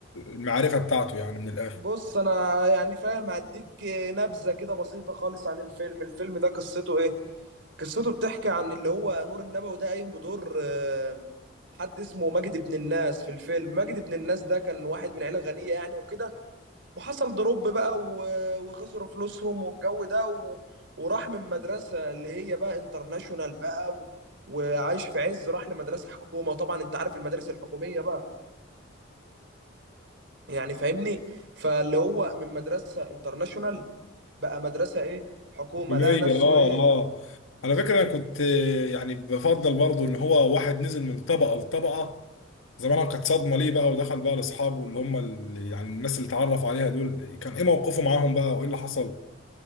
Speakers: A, on the left (about 85°); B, on the right (about 60°).
A: المعرفه بتاعته يعني من الاخر
B: بص انا يعني فاهم هديك نبذة كده بسيطة خالص عن الفيلم الفيلم ده قصته ايه قصته بتحكي عن اللي هو نور النبوي ده قايم بدور آه، حد اسمه مجدي بن الناس في الفيلم مجدي بن الناس ده كان واحد من عيلة غنية يعني وكده وحصل دروب بقى و- وخسروا فلوسهم والجو ده و... وراح من مدرسة اللي هي بقى انترناشونال بقى و... وعايش في عز راح لمدرسة حكومة وطبعا انت عارف المدارس الحكومية بقى يعني فاهمني فاللي هو من مدرسة انترناشونال بقى مدرسة ايه حكومة
A: تومية
B: لقى نفسه
A: اه
B: ايه
A: اه على فكرة انا كنت آه، يعني بفضل برضو ان هو واحد نزل من طبقة لطبقة زمانها كانت صدمة ليه بقى ودخل بقى لاصحابه اللي هم اللي يعني الناس اللي اتعرف عليها دول كان ايه موقفه معاهم بقى وايه اللي حصل